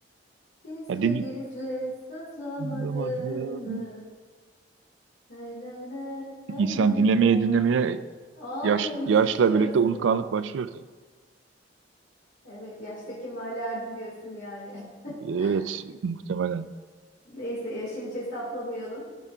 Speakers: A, on the left; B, on the right.
A: Gizli
B: ya din,
A: gizli sızlamadım
B: bulamadım.
A: mı? Nay, nay, nay, nay,
B: insan
A: nay,
B: dinlemeye
A: nay,
B: dinlemeye
A: Vallahi
B: yaş,
A: unutmuşuz
B: yaşla birlikte unutkanlık
A: ya.
B: başlıyor tabii.
A: Evet yaşta kemale erdi diyorsun yani.
B: Evet
A: <laughs>
B: muhtemelen.
A: Neyse yaşı hiç hesaplamayalım.